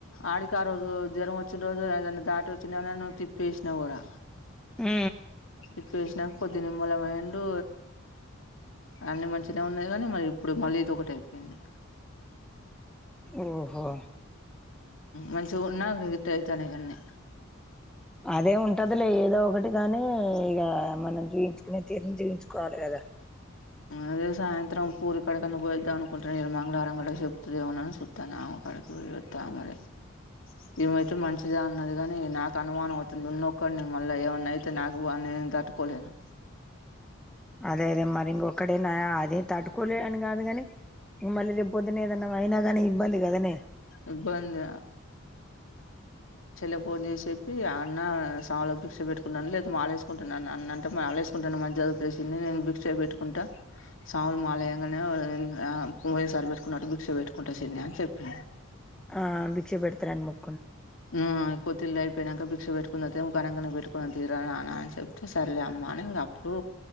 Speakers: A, on the left; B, in the centre.
A: ఆడికి ఆ రోజు జ్వరం వచ్చిన రోజు ఏద దాటి వచ్చిన తిప్పేసినా కూడా
B: ఆ
A: ఇ పేసినాక పొదిని నిమ్మలఅయిండు అన్ని మంచినే ఉన్నాయి కానీ మరి ఇప్పుడు మళ్ళీ ఇది ఒకటి అయిపోయింది
B: ఓహో
A: మంచిగా ఉన్నా ఇట అయితనయీ అన్ని
B: అదే ఉంటదిలే ఏదో ఒకటి గాని ఇక మనం చూపించుకుని తీరుని చూయిచుకోవాలి కదా
A: అదే సాయంత్రం పూరి కడకన్నా పోయిద్దాం అనుకుంటున్నాను ఇ మంగళారం కదా చెప్తుందిమనని చూస్తానా కడకి వ వెతు మరి <inaudible> ఇమా అయితే మంచిద అన్నది కాని నాకు అనుమానం అవుతుంది ఉన్నొక్కడు నేను మళ్ళా ఏమన్నా అయితే నాకుా నేను తట్టుకోలేను
B: అదే అదే మరి ఇంకొకడేనా అదే తట్టుకోలే అని కాదు కాని ఇంకా రేపు పొద్దున్న ఏదైనా అయినగనే ఇబ్బంది అదనే
A: ఇబ్బంది <inaudible> ఫోన్ చేసి చెప్పి ఆ అన్న సలో పిక్ష పెట్టుకుంటన్నాను లేదా మా ఆ వేసుకుంటున్నాన్న అన్న అంటే మాలా వేసుకుంటాను మధ్య తెసింది నేను బిక్యి పెట్టుకుంటా సాములు మాలయ్యగానే పోయేసారి పెట్టుకున్నట్టు బిక్ష పెట్టుకుంటా చిన్ని అని చెప్పిన <inaudible>
B: ఆ భిక్ష పెడతాఅని ముఖ
A: ఆ కోతిలా పోయినాక భిక్ష పెట్టుకుని ఇంకానక పెట్టుకుని తీర నాన్న అని చెప్తే సర్లే అమ్మాని ఇంక అప్పుడు